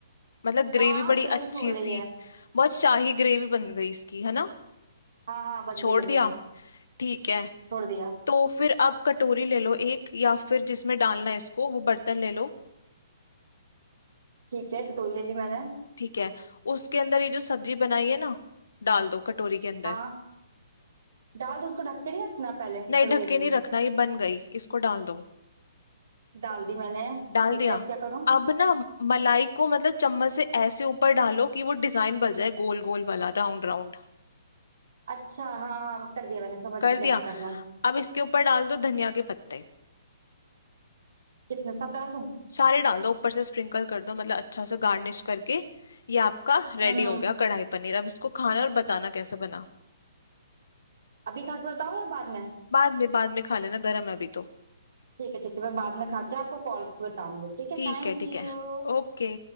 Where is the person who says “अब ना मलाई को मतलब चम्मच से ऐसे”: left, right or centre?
Left